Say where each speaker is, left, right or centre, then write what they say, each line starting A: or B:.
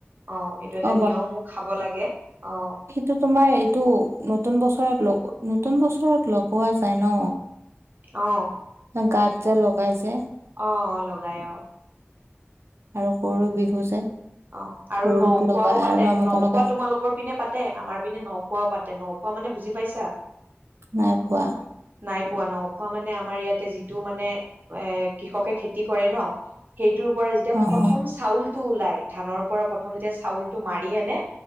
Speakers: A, on the right (about 45°); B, on the right (about 75°).
A: অঁ এইটো এটা
B: অ
A: নিয়মো খাব লাগে, অঁ।
B: টো তোমাৰ এইটো নতুন বছৰত লগ নতুন বছৰত লগোৱা যায় ন।
A: অঁ'।
B: গাত যে লগাই যে।
A: অঁ অঁ লগাই অঁ।
B: আৰু গৰু বিহু যে।
A: অঁ আৰু
B: গৰুক
A: ন-খোৱাও
B: লগাই
A: পাতে,
B: আৰু আমাকো
A: ন-খোৱা
B: লগাই
A: তোমালোক- কৰ পিনে পাতে আমাৰ পিনে নখোৱাও পাতে, নখোৱা মানে বুজি পাইছা?
B: নাই খোৱা।
A: নাই পোৱা, নখোৱা মানে আমাৰ ইয়াতে যিটো মানে এ কৃষকে খেতি কৰে ন- সেইটোৰ পৰা যেতিয়া
B: অ
A: প্ৰথম
B: অ
A: চাউল টো ওলাই, ধানৰ পৰা প্ৰ- প্ৰথম যেতিয়া চাউলটো মাৰি আনে,